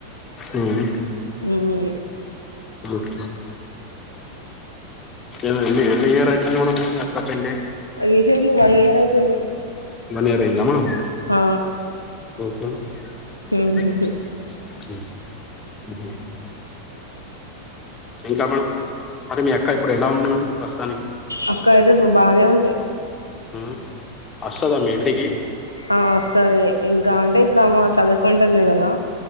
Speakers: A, on the left (about 20°); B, on the left (about 85°).
A: ఉమ్
B: ఉమ్మ్
A: ఉమ్ ఎని ఎన్ని ఇయర్ అయ్యితుంది మేడం మీ అక్క పెళై
B: రీసెంట్లీ వన్ ఇయర్ అయిపోయింది
A: వన్ ఇయర్ అయిందా మ్యామ్
B: ఆ
A: తన్
B: మ్మ్
A: ఇంకా మామ్ మరి మీ అక్క ఇప్పుడు ఎలా ఉంది మేడం ప్రస్తుతానికి
B: అక్క అయితే బానే ఉంది
A: ఉమ్ వస్తదా మీ ఇంటికి
B: ఆ వస్తది ఇంకా అంటే ఇప్పుడు అమె చదువుకుంటుంది కదా